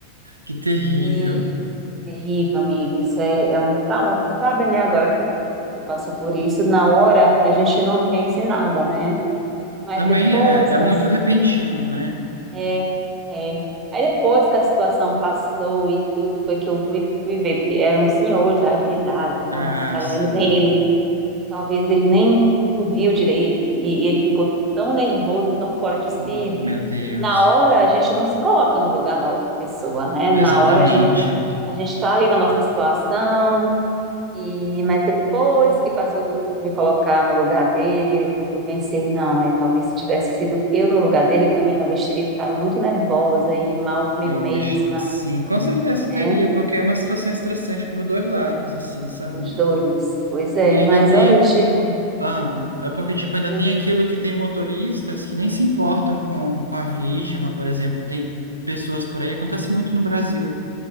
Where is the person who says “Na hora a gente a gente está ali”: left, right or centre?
Right